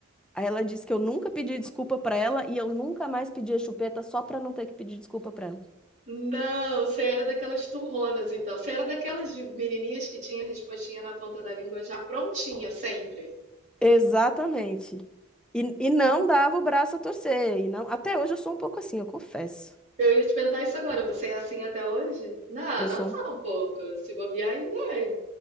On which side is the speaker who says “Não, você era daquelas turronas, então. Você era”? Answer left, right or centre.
Right